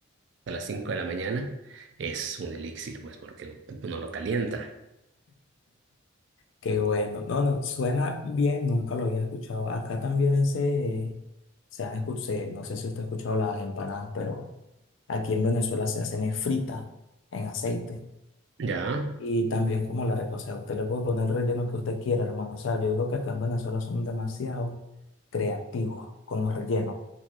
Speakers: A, on the right (about 60°); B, on the left (about 65°).
A: a las 5 de la mañana, es un elixir, pues, porque uno lo calienta.
B: qué bueno. No, no, suena bien, nunca lo había escuchado. Acá también se, se han escuchado, no sé si usted ha escuchado las empanadas, pero. Aquí en Venezuela se hacen es frita en aceite.
A: ¿Ya?
B: Y también como la arepa, o sea, usted le puede poner el relleno que usted quiera, hermano. O sea, yo digo que acá en Venezuela son demasiado creativos con los rellenos.